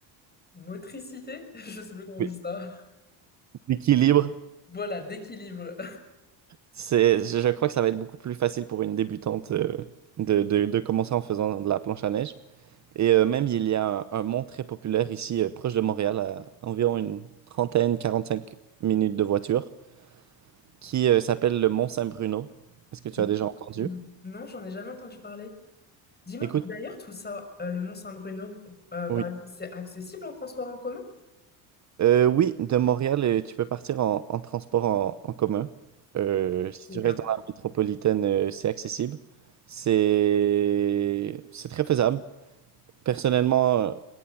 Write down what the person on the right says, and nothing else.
Oui.
L'équilibre,
c'est, je je crois que ça va être beaucoup plus facile pour une débutante euh, de, de de commencer en faisant de la planche à neige. Et euh, même, il y a un, un mont très populaire ici, euh, proche de Montréal, à environ une trentaine, 45 minutes de voiture, qui euh, s'appelle le Mont Saint-Bruno. Est-ce que tu
as déjà entendu?
Écoute,
oui.
Euh, oui, de Montréal, euh, tu peux partir en, en transport en, en commun. Euh, si
tu
restes dans la métropolitaine, euh, c'est accessible. C'est c'est très faisable. Personnellement, euh,